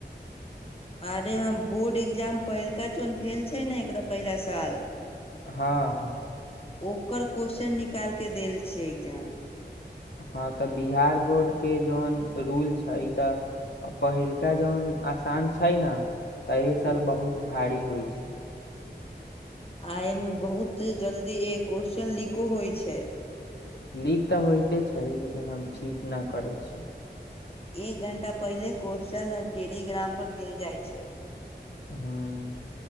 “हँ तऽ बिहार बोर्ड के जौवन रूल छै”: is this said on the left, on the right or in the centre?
Left